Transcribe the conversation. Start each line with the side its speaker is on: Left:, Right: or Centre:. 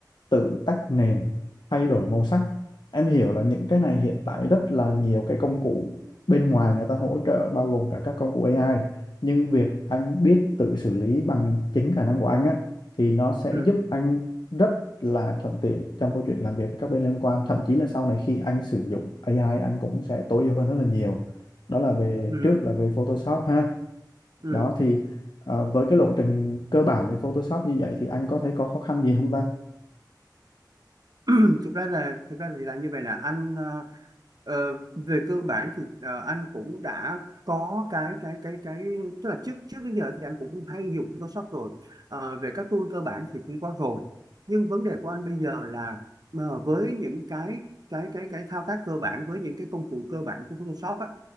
Left: tự tách nền thay đổi màu sắc em hiểu là những cái này hiện tại rất là nhiều cái công cụ bên ngoài người ta hỗ trợ bao gồm cả các công cụ AI nhưng việc anh biết tự xử lý bằng chính khả năng của anh á thì nó sẽ
Right: ừ
Left: giúp anh rất là thuận tiện trong câu chuyện làm việc với các bên liên quan thậm chí là sau này khi anh sử dụng AI anh cũng sẽ tối ưu hơn rất là nhiều đó là về
Right: ừ
Left: trước là về Photoshop ha
Right: ừ
Left: đó thì à, với cái lộ trình cơ bản về Photoshop như vậy thì anh có thấy có khó khăn gì không ta
Right: <clears throat> thực ra là thực ra thì là như vậy nè anh ờ, ờ, về cơ bản thì ờ, anh cũng đã có cái cái cái cái tức là trước trước đến giờ thì anh cũng hay dùng Photoshop rồi Ờ, về các tool cơ bản thì cũng có rồi nhưng vấn đề của anh bây giờ là ờ, với những cái cái cái cái thao tác cơ bản với những cái công cụ cơ bản của Photoshop á,